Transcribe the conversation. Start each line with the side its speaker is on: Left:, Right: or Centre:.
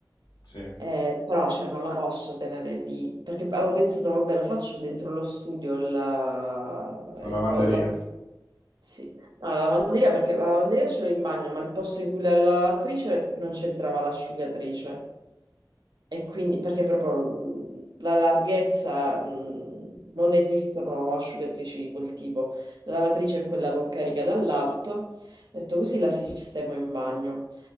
Left: sì, una
Right: eh, però cioè, non la posso tenere lì perché avevo pensato, vabbè, lo faccio dentro lo studio, la,
Left: lavanderia,
Right: il po- la- sì. No, la lavanderia perché la lavanderia ce l'ho in bagno, ma il posto in cui la lavatrice non c'entrava l'asciugatrice. E quindi, perché proprio mh, la larghezza, mh, non esistono asciugatrici di quel tipo. La lavatrice è quella con carica dall'alto. Ho detto così la sistemo in bagno.